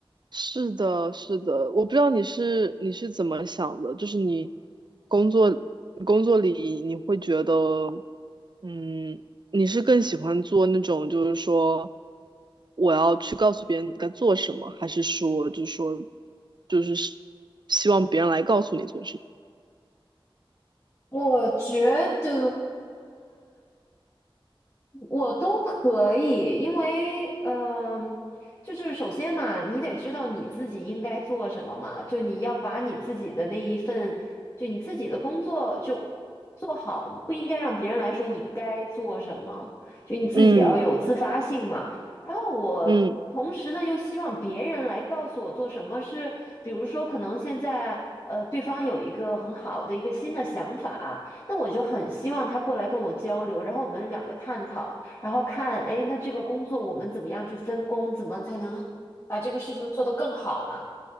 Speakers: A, on the right; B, on the left.
A: 是的，是的，我不知道你是你是怎么想的，就是你工作工作里你会觉得，嗯，你是更喜欢做那种就是说我要去告诉别人该做什么，还是说就是说就是希希望别人来告诉你做什么？
B: 我觉得。我都可以，因为嗯、就是首先嘛，你得知道你自己应该做什么嘛，就你要把你自己的那一份，就你自己的工作就做好，你不应该让别人来说你该做什么，就你自己要有自发性嘛。
A: 嗯
B: 然后我同时呢，
A: 嗯
B: 又希望别人来告诉我做什么是，比如说可能现在呃，对方有一个很好的一个新的想法。那我就很希望他过来跟我交流，然后我们两个探讨，然后看，哎，那这个工作我们怎么样去分工，怎么才能把这个事情做得更好嘛？